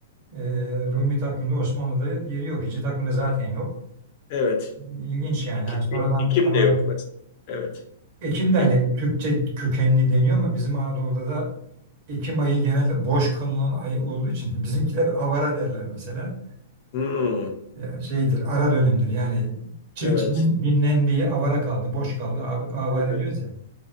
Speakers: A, on the right; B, on the left.
A: e, Rumi takvimde Osmanlı'da yeri yok. Hicri takvimde zaten yok.
B: Evet.
A: İlginç yani.
B: Ekim,
A: Hani sonradan
B: Ekim
A: tamam
B: de yok mesela. Evet.
A: Ekim de
B: Ek-
A: hani Türkçe kökenli deniyor ama bizim Anadolu'da da Ekim ayı genelde boş kalınan ay olduğu için <laughs> bizimkiler avara derler mesela.
B: Hmm,
A: e, şeydir, ara dönemdir. Yani çiftçinin
B: evet.
A: dinlendiği avara kaldı, boş kaldı. av- Avare
B: Evet.
A: diyoruz ya.